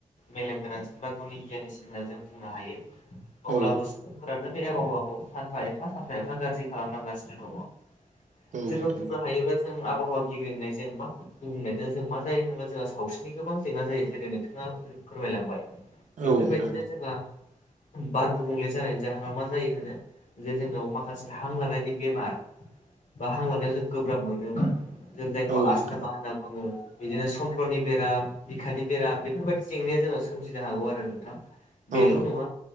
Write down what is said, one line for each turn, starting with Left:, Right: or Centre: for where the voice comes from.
Left: मेलेमगोनांसिन बा गुनि गियानिसिन होनना जों बुंनो हायो। अब्लाबो
Right: औ
Left: सुबुंफोरानो। बे आबहावाखौ सानफा एफा सानफा एफा गाज्रि खालामनांगासिनो दङ
Right: नोंथां
Left: जोङो बुं हायोब्ला जों आवहावा गेब्रेंनायजों जेनबा गुबुंनायजों जों मा जायो होनोबा। जोंहा सावस्रिनि गोबां जेंना जायो जेरै नोंथाङा फोरमायलांबाय। बेफोरबायदिनो
Right: औ नोंथां
Left: जोंहा बार गुबुंले जानायनि जाहोनाव मा जायो होनो जे जोंनाव माखासे हां लानायनि बेमार बा हां लानायाव जों गोब्राब मोनो जों जायखौ
Right: औ नोंथां
Left: आसस्थमा होनना बुङो। बिदिनो समफ्ल'नि बेराम, बिखानि बेराम बेफोरबायदि जेंनाया जोंना सोमजिनो हागौ आरो नोंथां। बेल'
Right: औ
Left: नङा